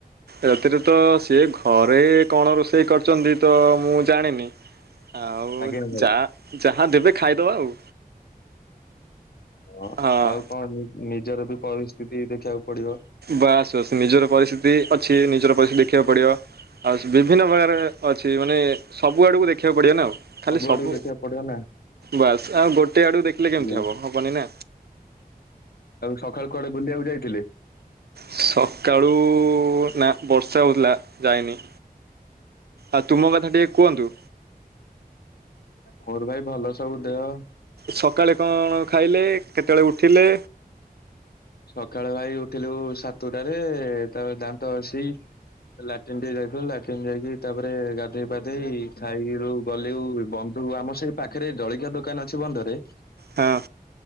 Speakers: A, on the right; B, on the left.
A: ରାତିରେ ତ ସିଏ ଘରେ କଣ ରୋଷେଇ କରିଛନ୍ତି ତ, ମୁଁ ଜାଣିନି। ଆଉ
B: ଆଜ୍ଞା ଭାଇ।
A: ଯା ଯାହା ଦେବେ ଖାଇଦବା ଆଉ
B: ହ
A: ହଁ
B: ଆଉ କଣ ନି ନିଜର ବି ପରିସ୍ଥିତି ଦେଖିବାକୁ ପଡିବ।
A: ବାସ ବାସ ନିଜର ପରିସ୍ଥିତି ଅଛି ନିଜର ପରିସ୍ଥିତି ଦେଖିବାକୁ ପଡିବ ଆଉ ବିଭିନ୍ନ ପ୍ରକାର ଅଛି ମାନେ ସବୁଆଡ଼କୁ ଦେଖିବାକୁ ପଡ଼ିବ ନା ଆଉ ଖାଲି ସବୁ
B: ଆଡକୁ ଦେଖିବାକୁ ପଡିବ ନା
A: ବାସ୍ ଆଉ ଗୋଟେ ଆଡକୁ ଦେଖିଲେ କେମିତି
B: ଆଜ୍ଞା।
A: ହବ ହ ବନିନା
B: ଆଉ ସଖାଳୁ କୁଆଡେ ବୁଲିବାକୁ ଯାଇଥିଲେ?
A: ସକାଳୁ ନା ବର୍ଷା ହଉଥିଲା ଯାଇନି। ଆଉ ତୁମ କଥା ଟିକେ କୁଅନ୍ତୁ?
B: ମୋର ଭାଇ ଭଲ ସବୁ ଦେହ।
A: ସକାଳେ କଣ ଖାଇଲେ କେତବେଳେ ଉଠିଲେ?
B: ସକାଳେ ଭାଇ ଉଠିଲୁ ସାତୁଟାରେ ତା ପରେ ଦାନ୍ତ ଘସିକି ଲାଟିନ୍ ଟିକେ ଯାଇଥିଲୁ ଲାଟିନ୍ ଯାଇକି ତାପରେ ଗାଧେଇ ପାଧେଇ ଖାଇକି ରୁ ଗଲୁ ବ ଯୋଉ ଆମ ସେଇ ପାଖେରେ ଜଳିଖିଆ ଦୋକାନ ଅଛି ବନ୍ଧରେ
A: ହଁ।